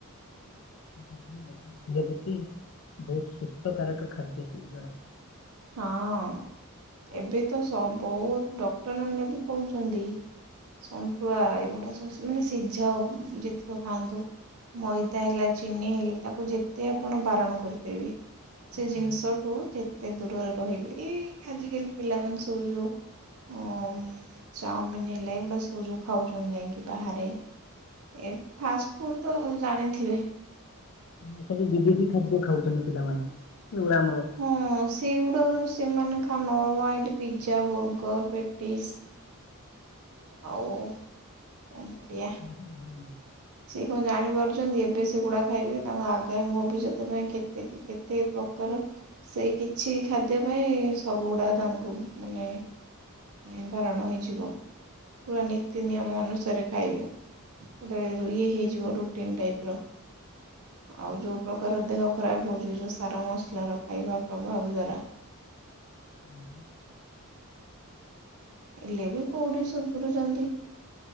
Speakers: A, on the left (about 60°); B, on the right (about 70°).
A: <unintelligible> ଦେହ ପ୍ରତି ବହୁତ ସୁସ୍ଥକାରକ ଖାଦ୍ୟ ସେ ଜଣାଏ।
B: ହଁ। ଏବେ ତ ସ ବହୁତ ଡକ୍ଟରମାନେ ବି କହୁଚନ୍ତି ସନ୍ତୁଳା ଏଗୁଡା ସବୁ ମାନେ ସିଝା ଉଁ ଯେତିିକ ଖାଆନ୍ତୁ। ମଇଦା ହେଲା ଚିନି ହେଲା ତାକୁ ଯେତେ ଆପଣ ବାରଣ କରିପାରିବେ ସେ
A: ଜଣାଯାଏ
B: ଜିନିଷ ହଉ ଯେତେ ଦୂରରେ ରହିବେ ଏଇ ଆଜିକାଲି ପିଲାମାନେ ସବୁ ଯୋଉ ଓ-ମ-ମ୍ ଚାଉମିନ୍ ହେଲେ, ଏଗୁଡା ସୁଯଉ ଖାଉଛନି ଯାଇକି ବାହାରେ, ଏ ଫାଷ୍ଟ ଫୁଡ ତ ଜାଣିଥିବେ?
A: ର ସବୁ ବିଦେଶୀ ଖାଦ୍ୟ ଖାଉଛନ୍ତି ପିଲାମାନେ, ଏଉଡା ଆମର ଏଗୁଡା
B: ହଁ, ସେଇଗୁଡ଼ାକରୁ ସେମାନେ ଖାନ ଆଇଁଲି ପିଜା, ବର୍ଗର, ପେଟିସ୍ ଆଉ କଣ କରିଆ?
A: ସବୁ ଭଲ ନୁହେଁ
B: ସେ କଣ ଜାଣିପାରୁଛନ୍ତି? ଏବେ ସେଗୁଡା ଖାଇବେ, ତାଙ୍କ ଆଗାମୀ ଭବିଷ୍ୟତ ପାଇଁ କେତେ କେ କେତ୍ ଏତେ ପ୍ରକାର ସେଇ କିଛି ଖାଦ୍ୟ ପାଇଁ, ସବୁଗୁଡା ତାଙ୍କୁ ମାନେ ନିର୍ଭାରଣ ହେଇଯିବ। ପୁରା ନୀତି ନିୟମ ଅନୁସାରେ ଖାଇବେ। ଗୋଟେ ରୁଇଏ ହେଇଯିବ ରୁଟିନ୍ ଟାଇପ୍ ର। ଆଉ ଯଉ ପ୍ରକାର ଦେହ ଖରାପ ହଉଛି, ଯଉ ସାର ମସଲାର ଖାଇବା ପ୍ରଭାବ ଦ୍ବାରା।
A: ଉହୁଁ।
B: ହେଲେ ବି କୋଉଠି ସୁଧୁରୁଚନ୍ତି।